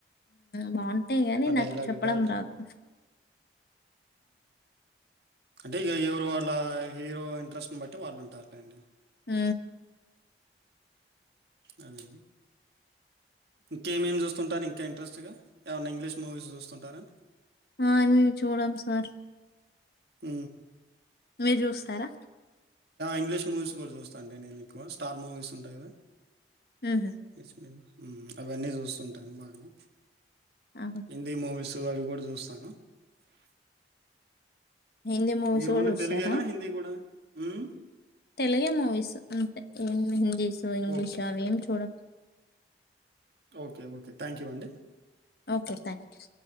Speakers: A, on the left; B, on the right.
A: బాగుంటాయి గానీ నాకు
B: డైలాగ్
A: చెప్పడం
B: దాన్
A: రాదు
B: అంటే ఇక ఎవరు వాళ్ళ హీరో ఇంట్రెస్ట్ని బట్టి వాళ్ళుంటారులేండి
A: ఆ
B: అదేండి ఇంకేమేమి చూస్తుంటారు ఇంకా ఇంట్రెస్ట్గా ఏమన్నా ఇంగ్లీష్ మూవీస్ చూస్తుంటారా
A: ఆ మేము చూడంం సార్
B: అ
A: మీరు చూస్తారా
B: ఇంగ్లీష్ మూవీస్ కూడా చూస్తా అండి నేను ఎక్కువ స్టార్ మూవీస్ ఉంటాయి కదా
A: హుహు.
B: ఏ అవన్నీ చూస్తుంటాను బాగానే
A: అవునా!
B: హిందీ మూవీస్ దు అవి కూడా చూస్తాను
A: హిందీ మూవీస్
B: మీరు
A: గూడా
B: ఓన్లీ
A: జూస్తారా?
B: తెలుగేనా హిందీ కూడా హుమ్
A: తెలుగే మూవీస్ అంతే ఏం హిందీస్ ఇంగ్లీష్
B: ఓకే.
A: అవి ఎం చూడన్
B: ఓకే ఓకే థ్యాంక్ యూ అండి
A: ఓకే థ్యాంక్ యూ